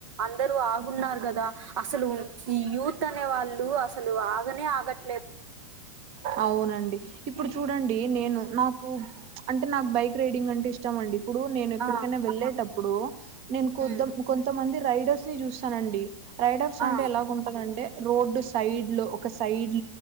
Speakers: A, on the right; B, on the right.
A: అందరూ ఆగున్నారు కదా అసలు ఈ యూత్ త్ అనే వాళ్ళు అసలు ఆగనే ఆగట్
B: అవునండి ఇప్పుడు చు చూడండి నేను నాకు అంటే నాకు బైక్ రైడింగ్ అంటే ఇష్టం అండి ఇప్పుడు నేను ఎక్కడికైనా
A: ఆ
B: వెళ్ళేటప్పుడు నేను కొద
A: ఉమ్
B: కొంతమంది రైడర్స్ ని చూస్తానండి రైడర్స్
A: ఆ
B: అంటే ఎలాగుంటరంటే రోడ్డు సైడ్ లో ఒక సైడ్